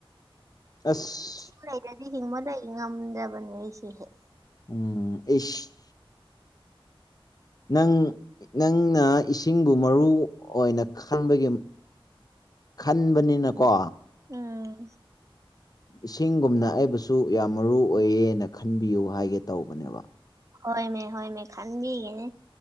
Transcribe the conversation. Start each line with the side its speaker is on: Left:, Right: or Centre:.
Left: ꯑꯁ
Right: ꯍꯁꯤꯡꯉꯩꯗꯗꯤ ꯍꯤꯡꯕꯗ ꯉꯝꯗꯕꯅꯦ ꯑꯩꯁꯦ
Left: ꯎꯝ ꯑꯦꯁ ꯅꯪ ꯅꯪꯅ ꯏꯁꯤꯡꯕꯨ ꯃꯔꯨ ꯑꯣꯏꯅ ꯈꯟꯕꯒꯤ ꯈꯟꯕꯅꯤꯅꯀꯣ
Right: ꯎꯝ
Left: ꯏꯁꯤꯡꯒꯨꯝꯅ ꯑꯩꯕꯨꯁꯨ ꯌꯥꯝ ꯃꯔꯨ ꯑꯣꯏꯌꯦꯅ ꯈꯟꯕꯤꯌꯨ ꯍꯥꯏꯒꯦ ꯇꯧꯕꯅꯦꯕ
Right: ꯍꯣꯏꯃꯦ ꯍꯣꯏꯃꯦ ꯈꯟꯕꯤꯒꯦꯅꯦ